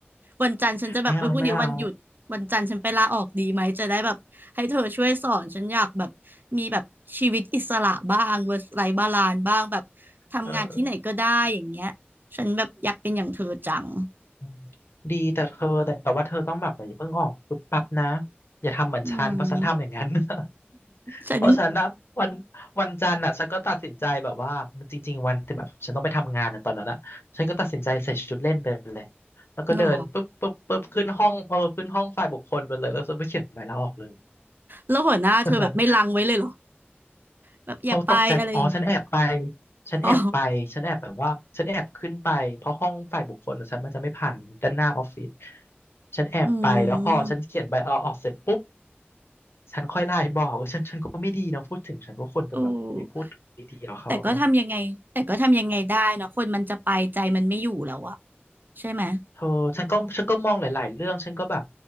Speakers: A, on the right; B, on the left.
A: วันจันทร์ฉันจะแบบเออพรุ่งนี้วันหยุดวันจันทร์ฉันไปลาออกดีไหมจะได้แบบให้เธอช่วยสอนฉันอยากแบบมีแบบชีวิตอิสระบ้าง
B: ไม่เอาไม่เอา
A: work life balance บ้างแบบทำงานที่ไหนก็ได้อย่างเงี้ย
B: เออ
A: ฉันแบบอยากเป็นอย่างเธอจัง
B: อืมดีแต่เธอแต่แต่ว่าเธอต้องแบบอย่าเพิ่งออกปุ๊บปั๊บนะอย่าทำเหมือนฉันเพราะฉันทำอย่างนั้น
A: อืม
B: <laughs>
A: ฉัน
B: เพราะฉันนะวันวันจันทร์อ่ะฉันก็ตัดสินใจแบบว่าจริงๆวันที่แบบฉันต้องไปทำงานในะตอนนั้นอ่ะฉันก็ตัดสินใจใส่ชุดเล่นไปเลยแล้วก็เดินปุ๊บปุ๊บปุ๊บขึ้นห้องเออขึ้นห้องฝ่ายบุคคลไปเลยแล้วฉันไปเขียนใบลาออกเลย
A: เหรอแล้วหัวหน้าเธอแบบไม่ลังไว้เลยเหรอ
B: <laughs>
A: แบบอย่าไปอะไรอย่างนี้
B: เขาตกใจอ๋อฉันแอบไปฉันแอบไปฉันแอบแบบว่าฉันแอบขึ้นไปเพราะห้องฝ่ายบุคคลอะฉันมันจะไม่ผ่านด้านหน้าออฟฟิศ
A: อ๋อ
B: ฉันแอบไปแล้วพอฉันเขียนใบลาออกเสร็จปุ๊บ
A: อืม
B: ฉันค่อยไลน์บอกเออฉันฉันก็ไม่ดีนะพูดถึงฉันก็ควรจะแบบไปพูดดีๆกับเขาเนาะ
A: โอ้แต่ก็ทำยังไงแต่ก็ทำยังไงได้เนอะคนมันจะไปใจมันไม่อยู่แล้วอะใช่ไหม
B: เออฉันก็ฉันก็มองหลายๆเรื่องฉันก็แบบ